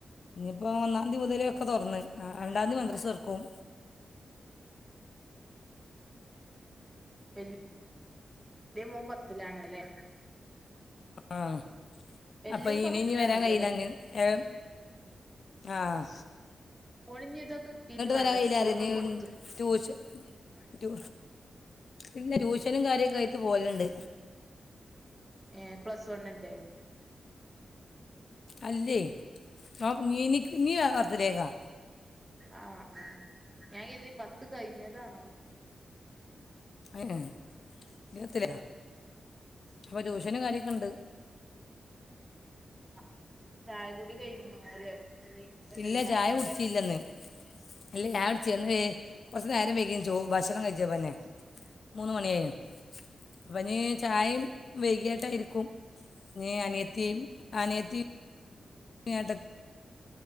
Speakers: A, on the left; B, on the right.
A: ഇപ്പോ ഒന്നാം തീ മുതലേക്കെ തുറന്ന്. ആ രണ്ടാംതീ
B: ആഹ്
A: മദ്രസ
B: ആഹ്
A: തൊറക്കും.
B: വല്ല് വലിയ മോൻ പത്തിലാണല്ലേ?
A: ആഹ്.
B: വല്യ
A: അപ്പോ
B: മോൻ
A: ഇനി
B: പത്തിലാണല്ലോല്ലേ
A: ഇനി വരാൻ കഴിയില്ലാഞ്ഞ് ഏഹ് ആഹ്
B: ഒളിഞ്തൊക്കെ കിട്ടീട്ട് വാണ്ടേ
A: വരാൻ കഴിയില്ല
B: സ്കൂളൊക്കെ
A: അറിയാം ഇനി
B: കൊട്ത്ത്
A: ട്യൂഷൻ ട്യൂ ഇല്ല ട്യൂഷനും കാര്യക്കായിട്ട് പോല്ണ്ട്
B: ഏ പ്ലസ് വണ്ണിന്റെ
A: അല്ലെ <unintelligible>
B: ആ ആ ഞാൻ കര്തി പത്ത് കഴിഞ്ഞതാണോ
A: ഏഹ് ത്തില അപ്പോ ട്യൂഷനും കാര്യക്കെണ്ട്
B: ആ ചായ കുട് <unintelligible>
A: ഇല്ല ചായ കുടിച്ചില്ലെന്ന് ഇല്ല ചായൊട്ച്ച ന്ന് വേ കൊർച്ചു നേരം വൈകി ചോ ഭക്ഷണം കഴിച്ചപ്പന്നെ മൂന്ന് മണിയായി അപ്പനീ ചായയും വൈകിയായിട്ടായിരിക്കും നീ അനിയത്തി അനിയത്തി <unintelligible>